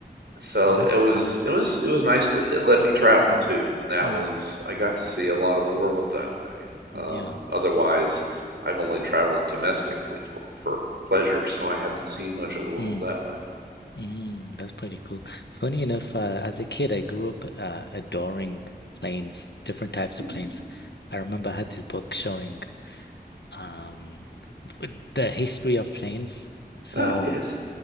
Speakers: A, on the right; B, on the left.
A: so
B: Well, that's
A: it was
B: cool.
A: it was it was nice to it let me travel
B: Mm.
A: too, and that
B: Mm.
A: was I got to see a lot of the world that way. Um,
B: Yeah.
A: otherwise, I've only traveled domestically for for pleasure, so I haven't seen much of the world
B: Mm.
A: that way.
B: Mm. That's pretty cool. Funny enough, uh, as a kid, I grew up uh, adoring planes, different types
A: Hmm.
B: of planes. I remember I had this book showing um, the history of planes. So
A: Ah, yes.